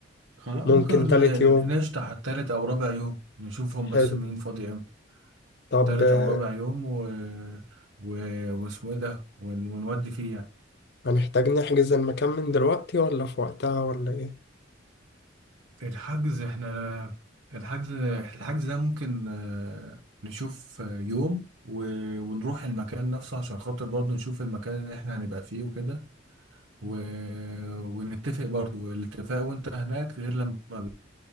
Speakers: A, on the right; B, on the left.
A: خلاص
B: ممكن
A: ممكن
B: تالت
A: ن-
B: يوم
A: نشطح التالت او رابع يوم نشوفهم
B: حلو
A: بس مين فاضي امتى
B: طب
A: تالت
B: آه،
A: او رابع يوم و... و... واسمه ايه ده ون... ونودي فيه يعني
B: هنحتاج نحجز المكان من دلوقتي ولا في وقتها ولا ايه
A: الحجز احنا الحجز الحجز ده ممكن آه، نشوف آه، يوم و... ونروح المكان نفسه عشان خاطر برضه نشوف المكان اللي احنا هنبقى فيه وكده و... ونتفق برضه الاتفاق وانت هناك غير لما